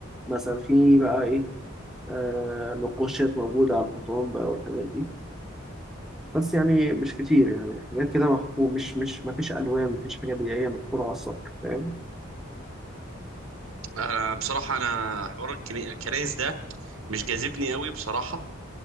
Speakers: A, in the centre; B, on the right.
A: مثلا في بقى إيه آه، نقوشات موجودة على الحيطان بقى والحاجات دي بس يعني مش كتير يعني حاجات كده محفور مش مش ما فيش ألوان ما فيش حاجات هي محفورة على السطح فاهم
B: انا بصراحة انا حوار الكني- الكنايس ده مش جاذبني قوي بصراحة